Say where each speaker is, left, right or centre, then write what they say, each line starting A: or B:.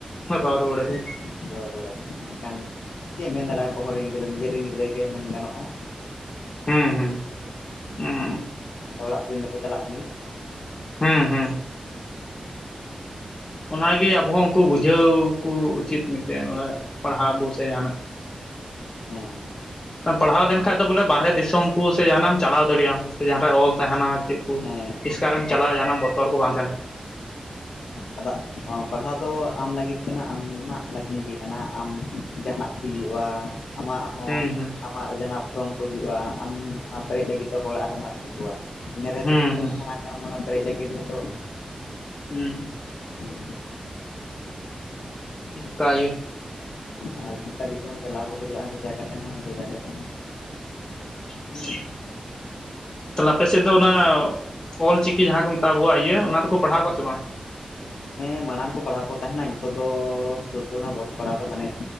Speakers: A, on the left (about 85°); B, on the left (about 25°).
A: ᱦᱮᱸ,
B: ᱨᱚ ᱨᱩᱣᱟᱹᱲ ᱟᱠᱚ
A: ᱨᱚᱲ ᱨᱩᱣᱟᱹᱲ ᱟᱠᱚ ᱮᱱᱠᱷᱟᱱ ᱪᱮᱫ ᱮᱢ ᱢᱮᱱ ᱫᱟᱲᱮ ᱟᱠᱚ ᱦᱚᱲᱨᱮᱱ ᱜᱤᱫᱽᱨᱟᱹ ᱱᱤᱡᱮᱱ ᱜᱤᱫᱽᱨᱟᱹ ᱜᱮ ᱢᱮᱱ ᱜᱟᱱᱚᱜᱼᱟ᱾
B: ᱦᱩᱸ ᱦᱩᱸ, ᱩᱜ
A: ᱟᱫᱚ ᱚᱲᱟᱜ ᱠᱚ ᱫᱤᱱ ᱫᱚᱠᱚ ᱪᱟᱞᱟᱜ ᱠᱟᱱ ᱜᱮᱭᱟ᱾
B: ᱦᱩᱸ ᱦᱩᱸ, ᱚᱱᱟᱜᱮ ᱟᱵᱚ ᱦᱚᱸ ᱩᱱᱠᱩ ᱵᱩᱡᱷᱟᱹᱣ ᱠᱩ ᱩᱪᱤᱛ ᱢᱤᱫᱴᱮᱱ ᱚᱲᱟᱜ ᱯᱟᱲᱦᱟᱜ ᱵᱩ ᱥᱮ ᱡᱟᱦᱟᱱᱟᱜ?
A: ᱦᱮᱸ,
B: ᱯᱟᱲᱦᱟᱣ ᱞᱮᱱᱠᱷᱟᱱᱡ ᱫᱚ ᱵᱚᱞᱮ ᱵᱟᱨᱦᱮ ᱫᱤᱥᱚᱢ ᱠᱚ ᱥᱮ ᱡᱟᱦᱟᱱᱟᱜ ᱟᱢ ᱪᱟᱞᱟᱣ ᱫᱟᱲᱮᱭᱟᱜᱼᱟᱢ ᱥᱮ ᱡᱟᱦᱟᱸᱨᱮ ᱚᱞ ᱛᱟᱦᱮᱱᱟ ᱪᱮᱫ? ᱠᱚ
A: ᱦᱮᱸ
B: ᱤᱥᱠᱟᱨᱮᱢ ᱪᱟᱞᱟᱜᱼᱟ
A: ᱟᱫᱚ
B: ᱡᱟᱦᱟᱱᱟᱜ ᱵᱚᱛᱚᱨ ᱠᱚ ᱵᱟᱝ ᱛᱟᱦᱮᱱᱟ᱾
A: ᱟᱫᱚ ᱯᱟᱲᱦᱟᱣ ᱫᱚ ᱟᱢ ᱞᱟᱹᱜᱤᱫ ᱠᱟᱱᱟ ᱟᱢᱟᱜ ᱞᱟᱹᱜᱤᱫ ᱜᱮ ᱠᱟᱱᱟ ᱟᱢ, ᱡᱟᱦᱟᱱᱟᱜ ᱠᱚ ᱦᱩᱭᱩᱜᱼᱟ ᱟᱢᱟᱜ ᱦᱚᱸ
B: ᱦᱩᱸ ᱦᱩᱸ
A: ᱟᱢ ᱟᱢᱟᱜ ᱡᱟᱦᱟᱸ ᱯᱷᱨᱚᱢ ᱠᱚ ᱦᱤᱡᱩᱜᱼᱟ ᱟᱢ ᱚᱱᱟ ᱯᱮᱨᱮᱡ ᱞᱟᱹᱜᱤᱫ ᱛᱮ ᱦᱚᱲ ᱟᱨᱦᱚᱢ ᱟᱹᱪᱩ ᱠᱚᱣᱟ᱾ ᱤᱱᱟ ᱨᱮᱦᱛᱚ
B: ᱦᱩᱸ
A: ᱠᱤᱪᱷᱩᱢ
B: ᱦᱩᱸ
A: ᱥᱮᱬᱟ ᱠᱟᱜᱼᱟ ᱢᱟᱱᱮ ᱯᱨᱮᱡ ᱞᱟᱹᱜᱤᱫ ᱨᱮᱦᱚᱸᱛᱚ᱾
B: ᱦᱩᱸ,
A: ᱦᱮᱸ
B: ᱚᱱᱠᱟ ᱠᱟᱜᱮ᱾
A: ᱟᱨ ᱱᱮᱛᱟᱨ ᱜᱤᱫᱽᱨᱟᱹ ᱪᱟᱞᱟ ᱵᱟᱠᱚ ᱪᱟᱞᱟᱜᱼᱟ ᱵᱷᱮᱡᱟ ᱠᱟᱛᱮᱫ ᱦᱚᱸ ᱵᱷᱮᱡᱟ ᱠᱟᱛᱮ,
B: ᱦᱩᱸ, ᱛᱟᱦᱚᱞᱮ ᱟᱯᱮᱥᱮᱫ ᱫᱚ ᱚᱱᱟ ᱚᱞ ᱪᱤᱠᱤ ᱡᱟᱦᱟᱸ ᱠᱚ ᱢᱮᱛᱟᱜᱼᱟ ᱟᱵᱚᱣᱟᱜ ᱤᱭᱟᱹ ᱚᱱᱟ ᱫᱚᱠᱚ ᱯᱟᱲᱦᱟᱣ ᱠᱚᱣᱟ ᱥᱮ ᱵᱟᱝ?
A: ᱦᱮᱸ ᱢᱟᱲᱟᱝ ᱠᱚ ᱯᱟᱲᱦᱟᱣ ᱠᱚ ᱛᱟᱦᱮᱱᱟ ᱱᱤᱛᱚᱜ ᱫᱚ ᱥᱩᱨ ᱠᱚᱨᱮ ᱦᱚᱸ ᱵᱟᱠᱚ ᱯᱟᱲᱦᱟᱣ ᱠᱚᱣᱟᱱᱮ᱾